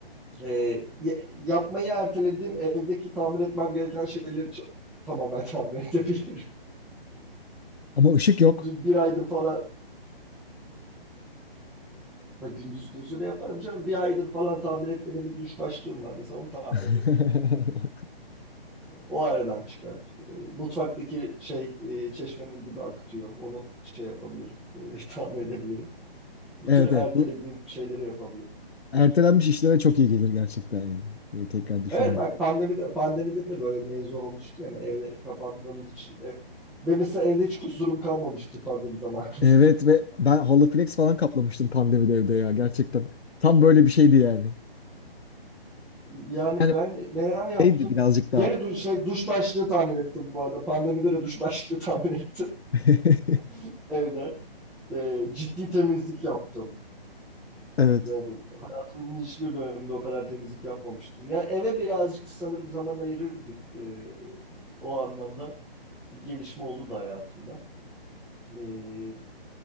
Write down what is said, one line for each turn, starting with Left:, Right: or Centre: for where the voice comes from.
Centre: E, yapmayı ertelediğim evdeki tamir etmem gereken şeyleri ço- tamamen tamir edebilirim. <laughs>
Left: Ama ışık yok.
Centre: Bir, aydır falan gündüz gözüyle yaparım canım. Bir aydır falan tamir etmediğim bir duş başlığım var. Mesela onu tamir
Left: <laughs>
Centre: ederim. O aradan çıkar. E, mutfaktaki şey e, çeşmenin dibi akıtıyor. Onu şey yapabilirim. e, <laughs> tamir edebilirim. Bu
Left: Evet
Centre: tür ertelediğim
Left: evet bu
Centre: şeyleri yapabilirim.
Left: ertelenmiş işlere çok iyi gelir gerçekten yani. Böyle tekrar düşününce.
Centre: Evet bak pandemide pandemide de böyle mevzu olmuştu yani evde kapandığımız için. E, ben mesela evde hiç kusurum kalmamıştı pandemi zamanında.
Left: Evet ve ben halı flex falan kaplamıştım pandemide evde ya gerçekten. Tam böyle bir şeydi yani.
Centre: Yani
Left: Yani
Centre: ben neler yaptım?
Left: neydi birazcık daha.
Centre: Gene duş, şey, duş başlığı tamir ettim bu arada. Pandemide de duş başlığı tamir ettim
Left: <laughs>
Centre: <laughs> evde. Ee, ciddi temizlik yaptım.
Left: Evet.
Centre: Yani hayatımın hiçbir döneminde o kadar temizlik yapmamıştım. Yani eve birazcık sanırım zaman ayırırdık. Ee, o anlamda bir gelişme olurdu hayatımda. Ee,